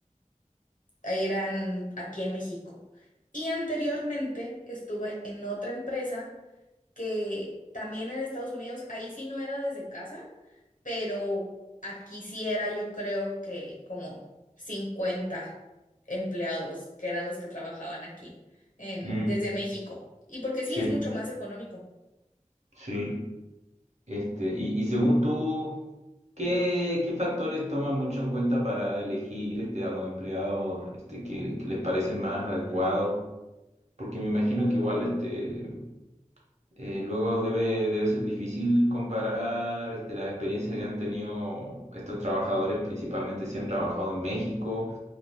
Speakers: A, on the left; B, on the right.
A: eran aquí en México. Y anteriormente estuve en otra empresa que también en Estados Unidos, ahí sí no era desde casa, pero aquí sí era yo creo que como 50 empleados que eran los que trabajaban aquí en,
B: Mm,
A: desde México. Y porque sí
B: sí,
A: es mucho más económico,
B: sí. Este, y, y según tú, ¿qué, qué factores toman mucho en cuenta para elegir este, a los empleados este, que, que les parecen más adecuados? Porque me imagino que igual este, eh, luego debe, debe ser difícil comparar este, las experiencias que han tenido estos trabajadores, principalmente si han trabajado en México,